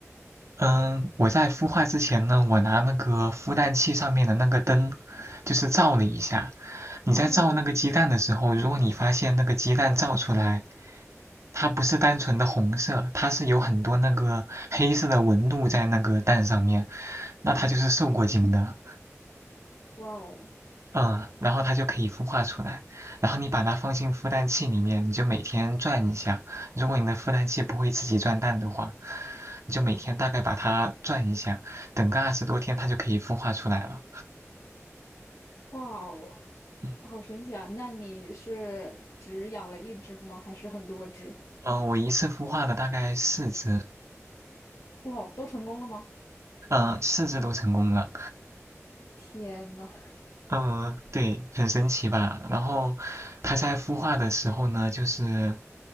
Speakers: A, on the right (about 65°); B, on the left (about 75°).
A: 嗯，我在孵化之前呢，我拿那个孵蛋器上面的那个灯，就是照了一下。你在照那个鸡蛋的时候，
B: 哦，
A: 如果你发现那个鸡蛋照出来，它不是单纯的红色，它是有很多那个黑色的纹路在那个蛋上面，那它就是受过精的。
B: 哇哦，
A: 嗯，然后它就可以孵化出来。然后你把它放进孵蛋器里面，你就每天转一下。如果你的孵蛋器不会自己转蛋的话，你就每天大概把它转一下，等个二十多天，它就可以孵化出来了。
B: 哇哦，
A: 嗯，
B: 好神奇啊！那你是只养了一只吗？还是很多只？
A: 呃我一次孵化了大概四只，
B: 哇哦，都成功了吗？
A: 嗯，呃四只都成功了。
B: 天呐！
A: 嗯，对，很神奇吧？然后它在孵化的时候呢，就是